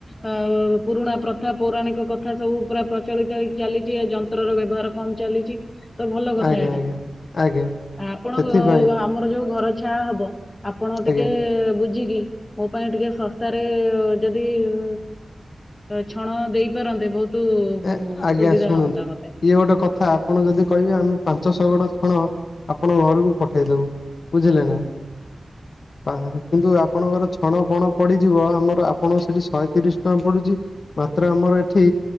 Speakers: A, on the left; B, on the left.
A: ଆଉ ପୁରୁଣା ପ୍ରଥା, ପୌରାଣିକ କଥା ସବୁ ପୁରା ପ୍ରଚଳିତ ହେଇକି ଚାଲିଛି ଆଉ ଯନ୍ତ୍ରର ବ୍ୟବହାର କଣ ଚାଲିଛି। ତ ଭଲ କଥା
B: ଆଜ୍ଞା
A: ଏଇଟା
B: ଆଜ୍ଞା ଆଜ୍ଞା
A: ଆ ଆପଣ
B: ସେଥିପାଇଁ
A: ଆମର ଯୋଉ ଘର ଛାଆ ହବ ଆପଣ ଟିକେ
B: ଆଜ୍ଞା
A: ବୁଝିକି ମୋ ପାଇଁ ଟିକେ ଶସ୍ତାରେ ଯଦି ଉ ଅ ଛଣ ଦେଇପାରନ୍ତେ ବହୁତ
B: ଏ ଆଜ୍ଞା
A: ସୁବିଧା
B: ଶୁଣନ୍ତୁ,
A: ହୁଅନ୍ତା ମତେ।
B: ଇଏ ଗୋଟେ କଥା ଆପଣ ଯଦି କହିବେ ଆମେ ପାଞ୍ଚ ଛଅ ଗଡ ଛଣ ଆପଣଙ୍କ ଘରକୁ ପଠେଇ ଦବୁ ବୁଝିଲେ ନା। କିନ୍ତୁ ଆପଣଙ୍କର ଛଣ ପଣ ପଡିଯିବ ଆମର ଆପଣ ସେଠି ଶହେ ତିରିଶ ଟଙ୍କା ପଡୁଛି ମାତ୍ର ଆମର ଏଠି